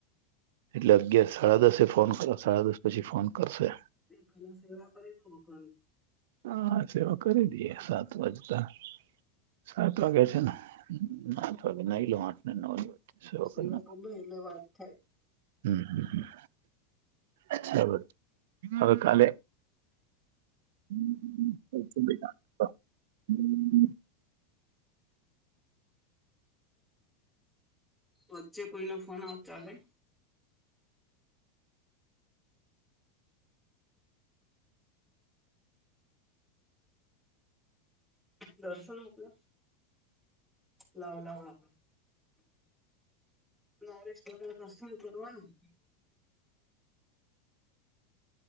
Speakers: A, on the right; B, in the centre.
A: એટલે અગિયાર સાડા દસે ફોન સાડા દસ પછી ફોન કરશે.
B: એ પેહલા સેવા કરી દો લોકાની.
A: હા સેવા કરી દઈએ સાત વાજતા સાત વાગ્યે છે ને સાત વાગે નાઈ લઉ આઠ ને નવ વા છ કલાકમા
B: સેવા કર દો એટલે વાત
A: <unintelligible>
B: થાય
A: હમ્મ હમ્મ હમ્મ. <unintelligible> હવે કાલે <unintelligible> બેટા <unintelligible>
B: વચ્ચે કોઈનો ફોન આવ ચાલે?
A: <inaudible>
B: દર્શન મોકલે. લાવ લાવને. નારેશ દાના દર્શન કરવાનું.